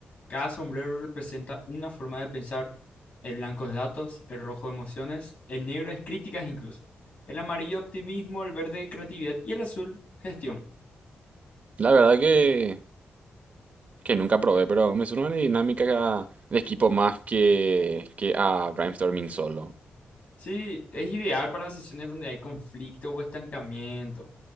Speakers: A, on the left; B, on the right.
A: Cada sombrero representa una forma de pensar. El blanco es datos, el rojo emociones, el negro es críticas incluso, el amarillo optimismo, el verde creatividad y el azul gestión.
B: La verdad que, que nunca probé, pero me suena una dinámica de equipo más que, que a brainstorming solo.
A: Sí, es ideal para sesiones donde hay conflicto o estancamiento,